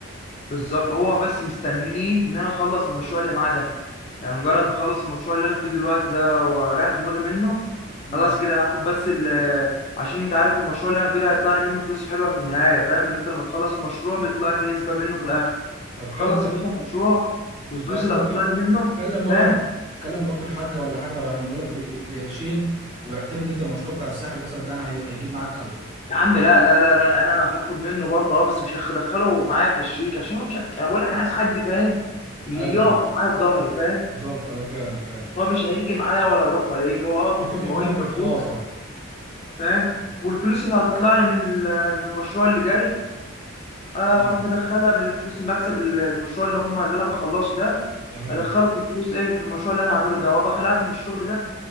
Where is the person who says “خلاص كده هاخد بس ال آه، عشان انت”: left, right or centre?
Left